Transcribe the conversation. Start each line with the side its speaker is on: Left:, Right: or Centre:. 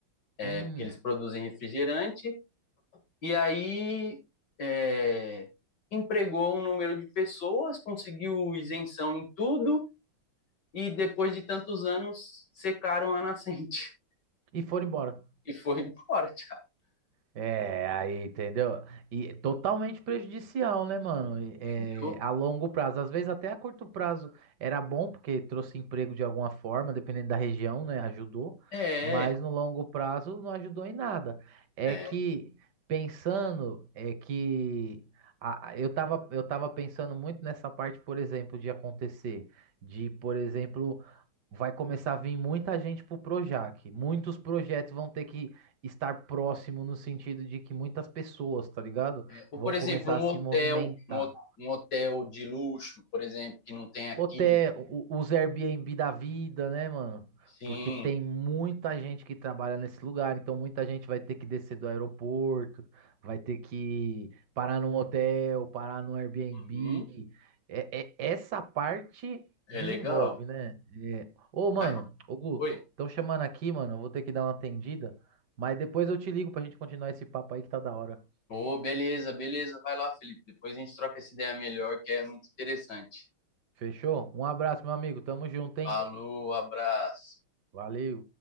Left: é,
Right: hum.
Left: porque eles produzem refrigerante, E aí é, empregou um número de pessoas, conseguiu isenção em tudo e depois de tantos anos secaram a nascente
Right: E foram embora.
Left: <laughs> e foi embora, já,
Right: É, aí, entendeu? E é totalmente prejudicial, né, mano? E,
Left: entendeu?
Right: É, a longo prazo. Às vezes até a curto prazo era bom, porque trouxe emprego de alguma forma, dependendo da região, né? Ajudou.
Left: É,
Right: Mas no longo prazo não ajudou em nada. É
Left: é.
Right: que, pensando, é que a- a- eu tava, eu tava pensando muito nessa parte, por exemplo, de acontecer. De, por exemplo, vai começar a vir muita gente pro Projac. Muitos projetos vão ter que estar próximo no sentido de que muitas pessoas, tá ligado?
Left: Ou,
Right: Vão
Left: Por exemplo,
Right: começar
Left: um
Right: a se
Left: hotel,
Right: movimentar.
Left: um, ho- um hotel de luxo, por exemplo, que não tem aqui.
Right: Até os Airbnb da vida, né, mano?
Left: Sim,
Right: Porque tem muita gente que trabalha nesse lugar, então muita gente vai ter que descer do aeroporto, vai ter que parar num hotel, parar num Airbnb.
Left: uhum,
Right: É, é- essa parte
Left: é
Right: desenvolve,
Left: legal.
Right: né? É. Ô, mano,
Left: Mas,
Right: ô Gu,
Left: oi.
Right: estão chamando aqui, mano, eu vou ter que dar uma atendida. Mas depois eu te ligo pra gente continuar esse papo aí que tá da hora.
Left: Ô, beleza, beleza. Vai lá, Felipe. Depois a gente troca essa ideia melhor, que é muito interessante.
Right: Fechou? Um abraço, meu amigo. Tamo junto, hein?
Left: Falou, abraço.
Right: Valeu.